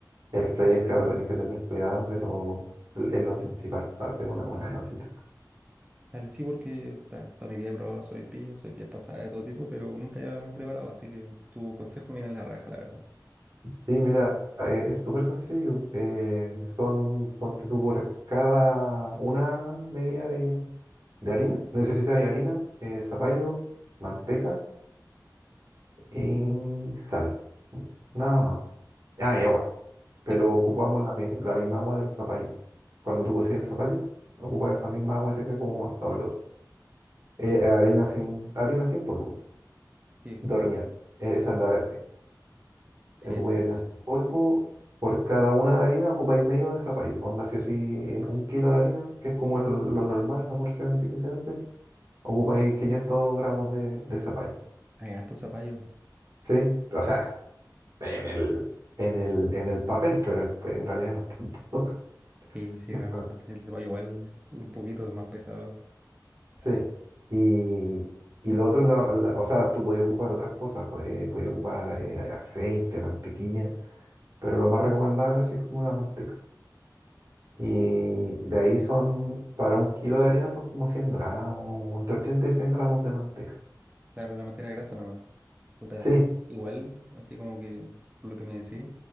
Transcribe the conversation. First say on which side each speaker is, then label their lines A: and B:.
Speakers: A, on the right; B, on the right.
A: el freír, claro, tenéis que tener cuidado, pero es lo principal, para hacer una buena masita.
B: Dale, sí, porque ta, toda mi vida he probado soy pilla, soy pilla pasada de todo tipo, pero nunca había preparado, así que tu consejo me viene en la raja, la verdad.
A: Sí, mira, eh, es súper sencillo. eh, son, ponte tú por cada una medida de, de harina. necesitas harina, eh, zapallo, manteca y sal. Nada más. Ah, y agua. pero
B: Sí, bo.
A: ocupamos la, mi- la misma agua del zapallo. Cuando tú cocías el zapallo, ocupas esa misma agua y te queda como más sabroso. Eh, eh, harina sin, harina sin polvo,
B: sí,
A: de hornear. Eh, esa es la verde.
B: sí,
A: Eh, Ocupáis
B: exacto.
A: harina sin polvo. Por cada una de harina ocupáis medio de zapallo. Onda, si así eh, un kilo de harina, que es como el- lo normal, la porción así que se hace, ocupáis 500 gramos de, de zapallo.
B: Hay harto zapallo.
A: ¿Sí? O sea, en el, en el, en el papel, pero en realidad no es tanto. <laughs>
B: Sí, sí,
A: No
B: realmente.
A: es tanto.
B: sí, el zapallo igual un poquito más pesado.
A: Sí, y, y lo otro, la- la- o sea, tú podías ocupar otras cosas, pues, eh, podías ocupar eh, aceite, mantequilla, pero lo más recomendable así es como la manteca. Y de ahí son, para un kilo de harina son como cien gramos, entre 80 y 100 gramos de manteca.
B: Claro, la materia grasa nomás. Puta,
A: Sí,
B: igual, así como que, por lo que me decís,